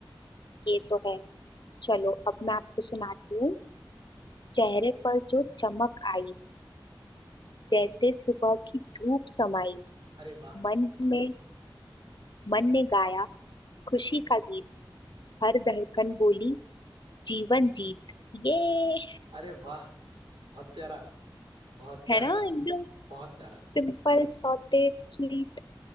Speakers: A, on the left; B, on the right.
A: ये तो है चलो अब मैं आपको सुनाती हूँ चेहरे पर जो चमक आई जैसे सुबह की धूप समाई
B: अरे वाह
A: मन में मन ने गाया खुशी का गीत हर धड़कन बोली जीवन जीत ये
B: अरे वाह बहुत प्यारा बहुत प्यारा
A: है ना एकदम
B: बहुत प्यारा
A: सिंपल सॉर्टेड स्वीट